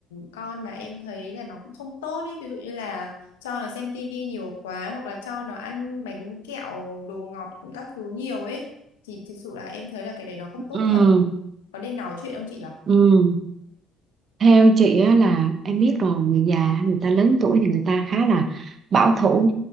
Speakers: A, on the left; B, on the right.
A: con mà em thấy là nó cũng không tốt ấy. Ví dụ như là cho nó xem tivi nhiều quá hoặc là cho nó ăn bánh kẹo, đồ ngọt các thứ nhiều ấy. Thì thực sự là em thấy là cái đấy nó không tốt
B: ừ
A: thật. Có nên nói chuyện không chị nhỉ?
B: ừ theo chị á là em biết rồi người già người ta lớn tuổi thì người ta khá là bảo thủ